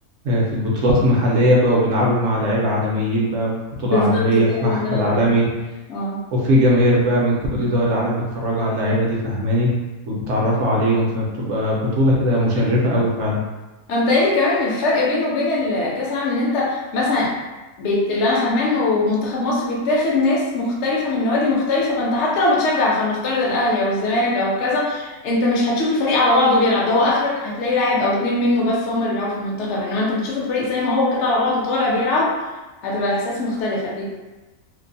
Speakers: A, on the right; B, on the left.
A: آه، في البطولات المحلية بقى وبيلعبوا مع لعيبة عالميين بقى في بطولة
B: بالظبط
A: عالمية
B: كده
A: في محفل عالمي
B: اه
A: وفي جماهير بقى من كل دول العالم بيتفرجوا على اللعيبة دي فاهماني وبيتعرفوا عليهم فبتبقى بطولة كده مشرفة قوي فعلا
B: انا متهيألي كمان الفرق بينه وبين الكاس العالم ان انت مثلا بيت اللي انا فاهماه انه منتخب مصر بيتاخد ناس مختلفه من نوادي مختلفه فانت حتى لو بتشجع فلنفترض الاهلي او الزمالك او كذا انت مش هتشوف الفريق على بعضه بيلعب ده هو اخرك هتلاقي لاعب او اتنين منه بس هم اللي بيلعبوا في المنتخب انما انت بتشوف الفريق زي ما هو كده على بعضه طالع بيلعب هتبقى احساس مختلف اكيد